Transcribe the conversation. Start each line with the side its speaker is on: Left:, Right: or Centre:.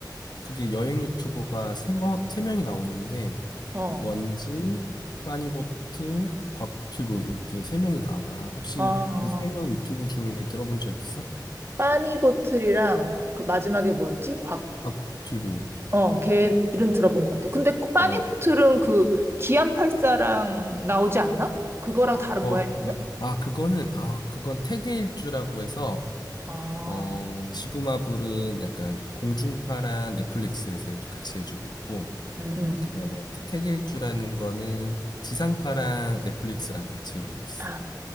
Left: 그게 여행 유튜버가 세 명, 세 명이 나오는데
Right: 어,
Left: 원지, 빠니보트, 곽튜브 이렇게 세 명이 나와. 혹시
Right: 아,
Left: 이 세 명 유튜브 중에 들어본 적 있어?
Right: 빠니보틀이랑 그 마지막에 뭐였지? 곽.
Left: 곽튜브.
Right: 어, 걔 이름 들어본 것 같아. 근데 꼭 빠니보틀은
Left: 아,
Right: 그 기안84랑 나오지 않나? 그거랑 다른
Left: 어,
Right: 거야, 이거는?
Left: 마- 아, 그거는 아, 그건 태계일주라고 해서
Right: 아,
Left: 어, 지구마블은 약간 공중파랑 넷플릭스에서 해주- 같이 해주고 있고,
Right: 응, 응.
Left: 그다음에 그 태계일주라는 거는 지상파랑 넷플릭스랑 같이 해주고 있어.
Right: 아,